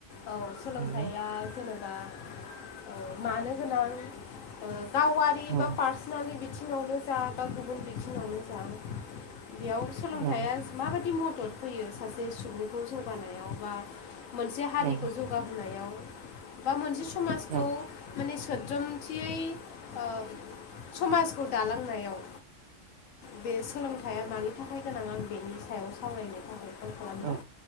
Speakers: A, on the left; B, on the right.
A: औ सोलोंथाइआ
B: नंगौ
A: जेनेबा ओ मानो गोनां ओ गावारि
B: औ
A: बा पार्सनालि बिथिङावनो जा बा गुबुन बिथिङावनो जा बेयाव सोलोंथाइआ
B: औ
A: मा बादि मदद होयो सासे सुबुंखौ जौगानायाव बा मोनसे हारिखौ
B: औ
A: जौग गाहोनायाव बा मोनसे समाजखौ
B: औ
A: माने सोद्रोमथियै ओ समाजखौ दालांनाय याव बे सोलोंथाइआ मानि थाखाय गोनां आं बेनि सायाव सावरायनो थाखाय फन खालामदों
B: औ